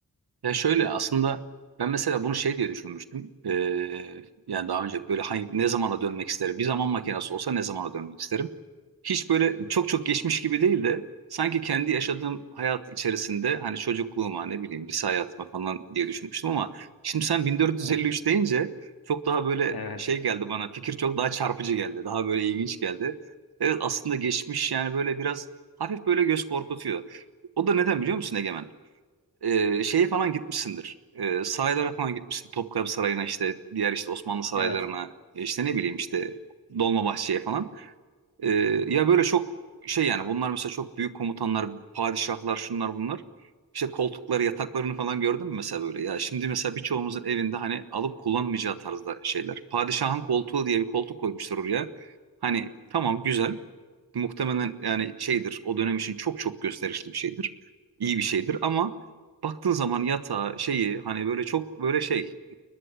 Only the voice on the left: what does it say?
Evet.
Evet.
Evet.